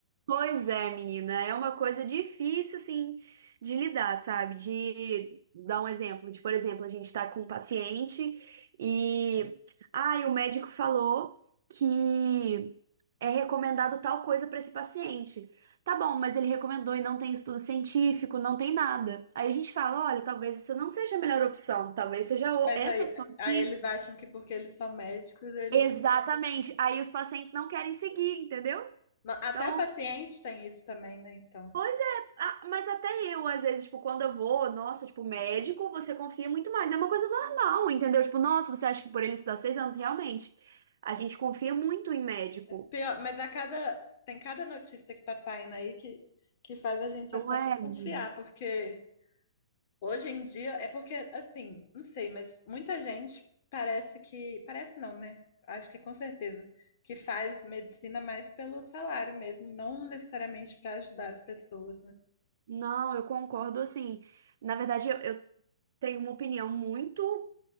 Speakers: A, on the right; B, on the left.
A: Pois é, menina, é uma coisa difícil, assim, de lidar, sabe? De dar um exemplo, de, por exemplo, a gente tá com um paciente e, ai, o médico falou que é recomendado tal coisa pra esse paciente. Tá bom, mas ele recomendou e não tem estudo científico, não tem nada. Aí a gente fala, olha, talvez essa não seja a melhor opção, talvez seja o-
B: Mas
A: essa
B: aí,
A: opção aqui.
B: aí eles acham que porque eles são médicos, eles...
A: Exatamente. Aí os pacientes não querem seguir, entendeu?
B: Não, Até
A: Então,
B: o paciente tem isso também, né? Então...
A: Pois é, ah, mas até eu, às vezes, tipo, quando eu vou, nossa, tipo, médico, você confia muito mais. É uma coisa normal, entendeu? Tipo, nossa, você acha que por ele estudar seis anos, realmente. A gente confia muito em médico.
B: Pior, mas a cada, tem cada notícia que tá saindo aí que, que faz a gente
A: Não
B: até
A: é,
B: desconfiar,
A: menino?
B: porque hoje em dia é porque, assim, não sei, mas muita gente parece que, parece não, né? Acho que é com certeza, que faz medicina mais pelo salário mesmo, não necessariamente para ajudar as pessoas, né?
A: Não, eu concordo, assim. Na verdade, eu, eu tenho uma opinião muito